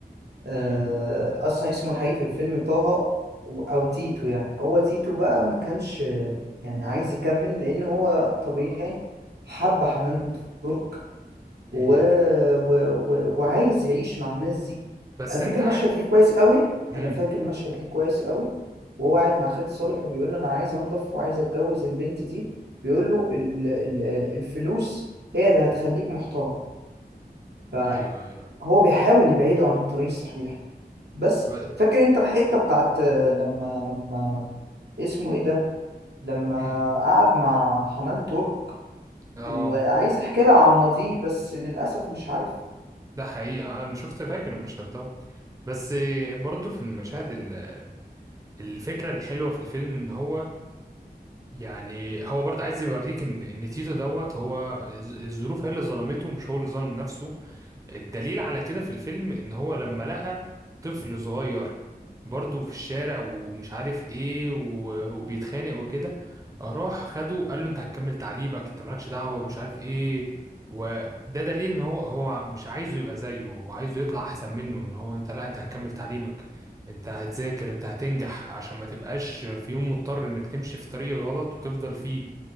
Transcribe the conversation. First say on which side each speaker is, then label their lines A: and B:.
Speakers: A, on the right; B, on the right.
A: آه،
B: مم.
A: اصلا اسمه الحقيقي في الفيلم طه و- او تيتو يعني هو تيتو بقى ما كانش آه، يعني عايز يكمل لان هو طبيعي حب حنان ترك و...
B: مم.
A: و... و... وعايز يعيش مع الناس دي
B: بس
A: انا فاكر
B: انت
A: مشهد
B: عارف
A: ليه كويس قوي
B: مم.
A: انا فاكر مشهد ليه كويس قوي وهو قاعد مع خالد صالح وبيقول له انا عايز انضف وعايز اتجوز البنت دي بيقول له ال... ال... الفلوس هي اللي هتخليك محترم فهو
B: ايوه ايوه
A: بيحاول يبعده عن الطريق الصحيح بس
B: ب...
A: فاكر انت الحته بتاعت آه، لما لما اسمه ايه ده لما
B: مم.
A: قعد مع حنان ترك
B: اه
A: وعايز احكي لها عن ماضيه بس للاسف مش عارف
B: ده حقيقة آه، أنا شفت فاكر المشهد ده بس برضه في المشاهد ال- الفكرة الحلوة في الفيلم إن هو يعني هو برضه عايز يوريك إن إن تيتو دوت هو الظ- الظروف هي اللي ظلمته مش هو اللي ظلم نفسه الدليل على كده في الفيلم ان هو لما لقى طفل صغير برضه في الشارع ومش عارف ايه و- وبيتخانق وكده راح خده قال له انت هتكمل تعليمك انت مالكش دعوة مش عارف ايه وده دليل ان هو هو مش عايزه يبقى زيه هو عايزه يطلع احسن منه ان هو انت لا انت هتكمل تعليمك انت هتذاكر انت هتنجح عشان ما تبقاش في يوم مضطر انك تمشي في طريق غلط وتفضل فيه